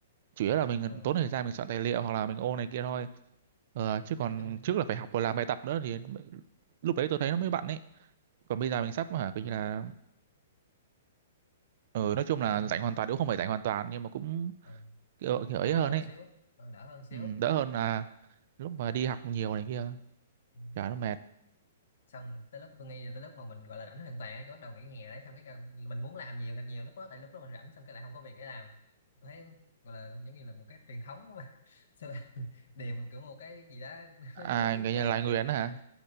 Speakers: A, on the right; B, on the left.
A: chủ yếu là mình
B: ờ
A: tốn thời gian mình soạn tài liệu hoặc là mình ô này kia thôi ờ, chứ còn
B: thì nói chung
A: trước là phải học và làm bài tập nữa thì lúc đấy tôi thấy nó mới bận ấy còn bây giờ mình sắp hả coi như là ờ, nói chung
B: nói
A: là
B: chung
A: rảnh hoàn toàn cũng không phải rảnh hoàn toàn nhưng mà cũng
B: ờ,
A: kiểu, kiểu ấy
B: đỡ
A: hơn
B: hơn
A: ấy
B: xíu ờ, đỡ hơn xíu
A: ừ, đỡ hơn là lúc mà đi học nhiều này kia
B: Ừ.
A: chả nó mệt
B: xong tới lúc tôi nghĩ là tới lúc mà mình gọi là rảnh hoàn toàn á, cái bắt đầu nghỉ hè đấy xong cái càng- mình muốn làm nhiều thật nhiều lúc đó tại lúc đó mình rảnh xong cái lại không có việc để làm tôi thấy gọi là giống như là một cái truyền thống mà <laughs> sao điềm kiểu một cái gì đó <laughs>
A: à
B: nó cứ như
A: cái nhà
B: vậy
A: Lai
B: lặp đi
A: Nguyễn
B: lặp lại
A: hả